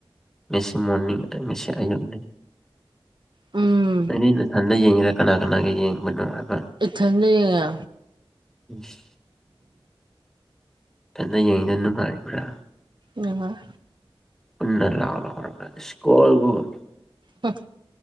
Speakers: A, in the centre; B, on the right.
A: ꯉꯁꯤ ꯃꯣꯔꯅꯤꯡ ꯉꯁꯤ ꯑꯌꯨꯨꯛꯅꯦ
B: ꯎꯝ
A: ꯅꯪꯗꯤ ꯅꯊꯟꯗ ꯌꯦꯡꯉꯤꯔ ꯀꯅꯥ ꯀꯅꯥꯒꯤ ꯌꯦꯡꯕꯅꯣ ꯍꯥꯏꯕ
B: ꯏꯊꯟꯗ ꯌꯦꯡꯉꯦ
A: ꯏꯁ ꯏꯊꯟꯗ ꯌꯦꯡꯉꯦ ꯅꯨꯡꯉꯥꯏꯕ꯭ꯔꯥ
B: ꯅꯨꯡꯉꯥꯏ
A: ꯎꯟꯅ ꯂꯥꯎ ꯂꯥꯎ ꯍꯥꯏꯕꯔ ꯏꯁꯀꯣꯜ ꯒꯜ
B: ꯍꯪ